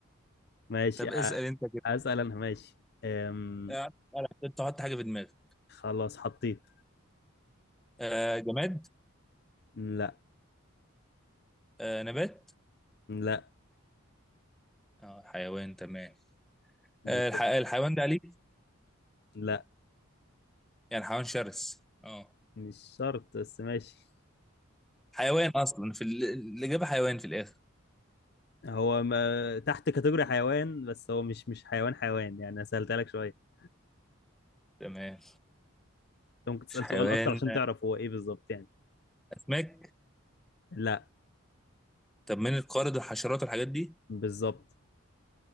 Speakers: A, on the left; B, in the centre.
A: ماشي
B: طب
A: أ-
B: اسال انت كده
A: اسال انا ماشي أم...
B: آه، اسأل، تحط حاجه في دماغك
A: خلاص حطيت
B: آه، جماد
A: لا
B: آه نبات
A: لا
B: اه حيوان تمام
A: بالظبط
B: آه الح... الحيوان ده أليف
A: لا
B: يعني حيوان شرس اه
A: مش شرط بس ماشي
B: حيوان أصلا في ال... الإجابة حيوان في الآخر
A: هو ما... تحت كاتيجوري حيوان بس هو مش مش حيوان حيوان يعني أنا سألتها لك شويه
B: تمام
A: انت ممكن تسال
B: مش حيوان
A: سؤال اكتر عشان
B: آه،
A: تعرف هو ايه بالظبط يعني
B: أسماك
A: لا
B: طب من القارد والحشرات والحاجات دي
A: بالظبط